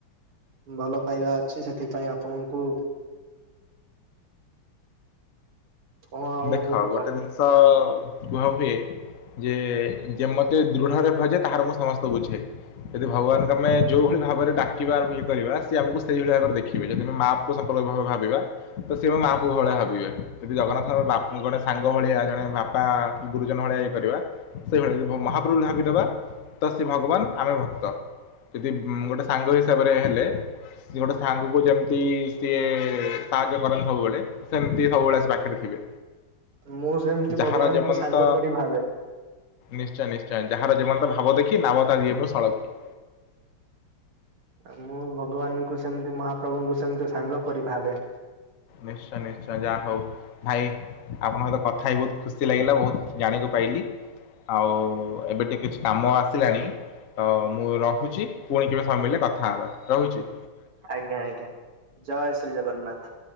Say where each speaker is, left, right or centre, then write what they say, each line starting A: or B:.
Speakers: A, on the right (about 75°); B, on the left (about 50°).
A: ଭଲ ପାଇବା ଅଛି ସେଥିପାଇଁ ଆପଣଙ୍କୁ କଣ ଆଉ
B: ଦେଖ ଗୋଟେ
A: କହିବି
B: ଜିନିଷ କୁହା ହୁଏ ଯେ ଯେ ମତେ ଦୃଢରେ ଭଜେ ତାହାର ମୁଁ ସମସ୍ତେ ବୁଝେ। ଯଦି ଭଗବାନଙ୍କୁ ଆମେ ଯୋଉ ଭଳି ଭାବରେ ଡାକିବା ଇଏ କରିବା ସିଏ ଆମକୁ ସେଇଭଳି ଭାବରେ ଦେଖିବେ। ଯଦି ଆମେ ମା ପୁଅ ସମ୍ପର୍କ ଭାବେ ଭାବିବା ତ ସେ ମା ପୁଅ ଭଳିଆ ଭାବ ବିବେ। ଯଦି ଜଗନ୍ନାଥଙ୍କ ବା ଜଣେ ସାଙ୍ଗ ଭଳିଆ ଜଣେ ବାପା କି ଗୁରୁଜନ ଭଳିଆ ଇଏ କରିବା ସେଇଭଳିଆ ଯଦି ମହାପ୍ରଭୁ ଭାବିଦବା ତ ସେ ଭଗବାନ ଆମେ ଭକ୍ତ। ଯଦି ଗୋଟେ ସାଙ୍ଗ ହିସାବରେ ହେଲେ ଗୋଟେ ସାଙ୍ଗକୁ ଯେମିତି ସିଏ ସାହାଯ୍ୟ କରନ୍ତି ସବୁବେଳେ ସେମିତି ସବୁବେଳେ ସେ ପାଖରେ ଥିବେ।
A: ମୁଁ ସେମିତି
B: ଯାହାର
A: ଭଗବାନଙ୍କୁ
B: ଯେମନ୍ତ
A: ସାଙ୍ଗ ପରି ଭାବେ।
B: ନିଶ୍ଚୟ ନିଶ୍ଚୟ ଯାହାର ଯେମନ୍ତ ଭାବ ଦେଖି ନାବତା ଦିଏ ମୁଁ ସଳଖି।
A: ମୁଁ ଭଗବାନଙ୍କୁ ସେମତି ମହାପ୍ରଭୁଙ୍କୁ ସେମିତି ସାଙ୍ଗ ପରି ଭାବେ।
B: ନିଶ୍ଚୟ ନିଶ୍ଚୟ ଯାହା ହଉ। ଭାଇ ଆପଣଙ୍କହିତ କଥା ହେଇ ବହୁତ ଖୁସି ଲାଗିଲା ବହୁତ ଜାଣକୁ ପାଇଲି ଆଉ ଏବେ ଟିକେ କିଛି କାମ ଆସିଲାଣି ତ ମୁଁ ରହୁଚି ପୁଣି କେବେ ସମୟ ମିଳିଲେ କଥା ହବା। ରହୁଚି?
A: ଆଜ୍ଞା ଆଜ୍ଞା ଜୟ ଶ୍ରୀ ଜଗନ୍ନାଥ।